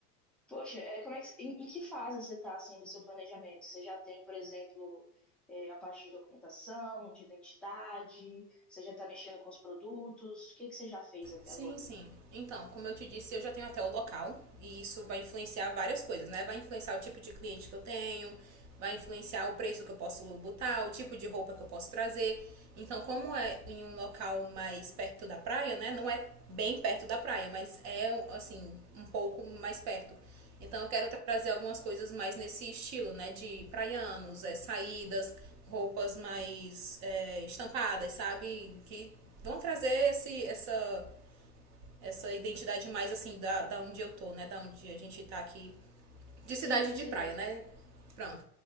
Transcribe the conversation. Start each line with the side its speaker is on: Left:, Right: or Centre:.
Centre: Poxa, é, como é que, em, em que fase você está, assim, do seu planejamento? Você já tem, por exemplo, é, a parte de documentação, de identidade? Você já está mexendo com os produtos? O que que você já fez até
Right: Sim,
Centre: agora?
Right: sim. Então, como eu te disse, eu já tenho até o local e isso vai influenciar várias coisas, né? Vai influenciar o tipo de cliente que eu tenho, vai influenciar o preço que eu posso botar, o tipo de roupa que eu posso trazer. Então, como é em um local mais perto da praia, né? Não é bem perto da praia, mas é assim, um pouco mais perto. Então, eu quero trazer algumas coisas mais nesse estilo, né? De praianos, é, saídas, roupas mais é, estampadas, sabe? Que vão trazer esse, essa essa identidade mais assim da, da onde eu tô, né? Da onde a gente tá aqui. De
Centre: Sim,
Right: cidade
Centre: com
Right: de
Centre: certeza.
Right: praia, né? Pronto.